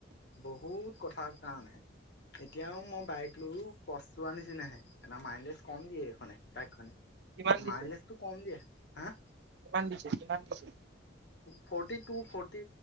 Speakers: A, on the left; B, on the right.
A: বহুত কথা কাৰণেহে। এতিয়াও মই বাইক লৈও পস্তোৱাৰ নিচিনাহে, এটা মাইলেজ কম দিয়ে, এইখনে বাইকখনে,
B: কিমান দিছে
A: মাইলেছ হা'
B: কিমান দিছে কিমান দিছে?
A: ফ'ৰ্টি টু, ফৰ্টি